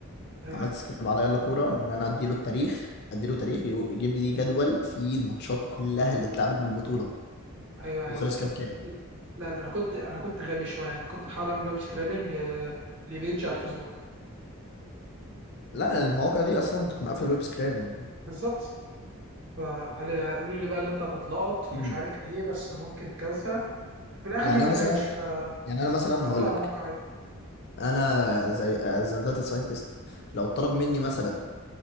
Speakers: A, on the right; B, on the left.
A: آه
B: عملت سكراب على يلا كوره ان انا اديله التاريخ اديله تاريخ يو- يجيب لي جدول فيه الماتشات كلها اللي اتلعبت بالبطوله
A: ايوه
B: وخلص
A: ايوه
B: كام كام
A: لا ده انا كنت انا كنت غبي شوية انا كنت بحاول اعمل ويب سكرابنج آه لبيج على الفيسبوك
B: لا المواقع دي اصلا بتكون قافله الويب سكرابنج
A: بالظبط فقالوا قالوا لي بقى اللي انت هتتلقط ومش
B: امم
A: عارف ايه بس ممكن كذا في الاخر
B: يعني
A: ما نفعتش
B: انا مثلا يعني انا مثلا
A: فعملتها
B: هقول لك
A: على موقع عادي
B: انا زي از داتا ساينتست لو طلب مني مثلا